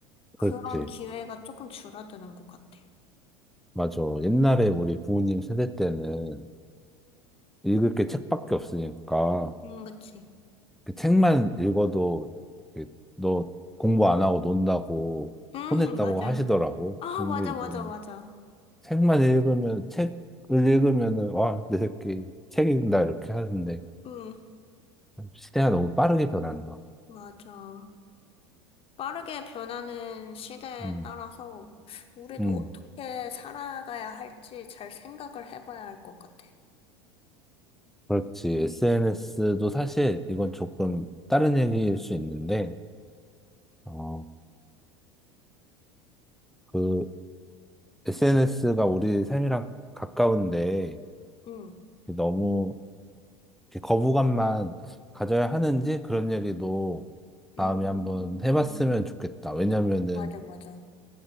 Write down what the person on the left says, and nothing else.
그런
기회가 조금 줄어드는 것 같아.
음, 그치. 음,
<laughs>
맞아.
아,
맞아,
맞아, 맞아.
음,
맞아. 빠르게 변하는 시대에
따라서 우리도
어떻게 살아가야 할지 잘 생각을 해봐야 할 것 같아.
응.
음,
맞아, 맞아.